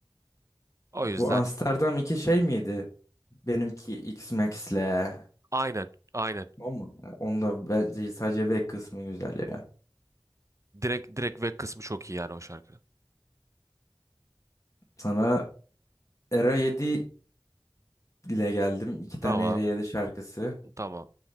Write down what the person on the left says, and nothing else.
Bu Amsterdam iki şey miydi? Benimki X-Max'le.
Ama e, onda bence sadece Vek kısmı güzel ya.
Sana Era yedi ile geldim. İki tane
Ereyali şarkısı.